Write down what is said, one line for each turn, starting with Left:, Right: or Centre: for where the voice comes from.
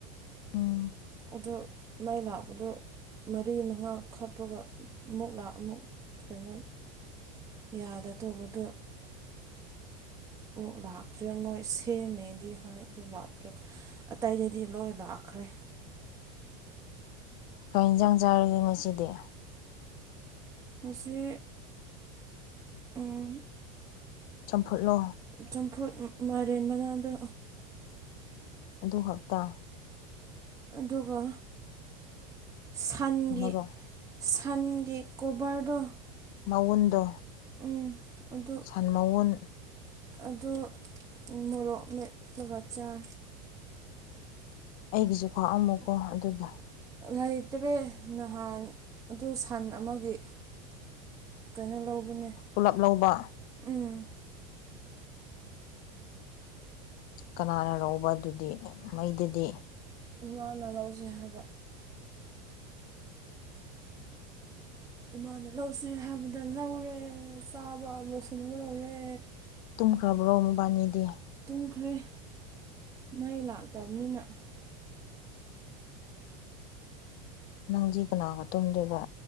Left: ꯎꯝ
Right: ꯑꯗꯨ ꯃꯥꯏ ꯂꯥꯛꯄꯗꯨ ꯃꯔꯤ ꯃꯉꯥ ꯈꯥꯞꯄꯒꯥ ꯑꯃꯨꯛ ꯂꯥꯛ ꯑꯃꯨꯛ ꯀꯩꯅꯣ ꯌꯥꯗ ꯇꯧꯕꯗꯣ ꯑꯣ ꯂꯥꯛꯇ꯭ꯔꯦ ꯃꯣꯏ ꯁꯦꯝꯃꯦꯗꯤ ꯍꯥꯏ ꯑꯗꯨ ꯂꯥꯛꯇ꯭ꯔꯦ ꯑꯇꯩꯗꯗꯤ ꯂꯣꯏ ꯂꯥꯛꯈ꯭ꯔꯦ
Left: ꯀꯩ ꯏꯟꯖꯥꯡ ꯆꯥꯔꯒꯦ ꯉꯁꯤꯗꯤ
Right: ꯉꯁꯤ ꯎꯝ
Left: ꯆꯝꯐꯨꯠꯂꯣ
Right: ꯆꯝꯐꯨꯠ ꯃꯥꯏꯔꯦꯟ ꯃꯅꯥꯗꯣ
Left: ꯑꯗꯨ ꯈꯛꯇ
Right: ꯑꯗꯨꯒ ꯁꯟꯒꯤ
Left: ꯃꯔꯣꯛ
Right: ꯁꯟꯒꯤ ꯀꯣꯚꯔꯗꯣ
Left: ꯃꯎꯟꯗꯣ
Right: ꯎꯝ ꯑꯗꯨ
Left: ꯁꯟ ꯃꯎꯟ
Right: ꯑꯗꯨ ꯃꯣꯔꯣꯛ ꯃꯦꯠꯂꯒ ꯆꯥꯏ
Left: ꯑꯩꯒꯤꯁꯨ ꯈꯥꯛꯑꯝꯃꯨꯀꯣ ꯑꯗꯨꯗꯣ
Right: ꯂꯩꯇ꯭ꯔꯦ ꯅꯍꯥꯟ ꯑꯗꯨ ꯁꯟ ꯑꯃꯒꯤ ꯀꯩꯅꯣ ꯂꯧꯕꯅꯦ
Left: ꯄꯨꯂꯞ ꯂꯧꯕ
Right: ꯎꯝ
Left: ꯀꯅꯥꯅ ꯂꯧꯕ ꯑꯗꯨꯗꯤ ꯃꯩꯗꯗꯤ
Right: ꯏꯃꯥꯅ ꯂꯧꯖꯦ ꯍꯥꯏꯕ ꯏꯃꯥꯅ ꯂꯧꯁꯦ ꯍꯥꯏꯕꯗ ꯂꯧꯔꯦ ꯆꯥꯕ ꯂꯣꯏꯁꯤꯜꯂꯒ ꯂꯧꯔꯦ
Left: ꯇꯨꯝꯈ꯭ꯔꯕ꯭ꯔꯣ ꯃꯕꯥꯅꯤꯗꯤ
Right: ꯇꯨꯝꯈ꯭ꯔꯦ ꯃꯩ ꯂꯥꯛꯇꯕꯅꯤꯅ
Left: ꯅꯪꯗꯤ ꯀꯅꯥꯒ ꯇꯨꯝꯗꯣꯏꯕ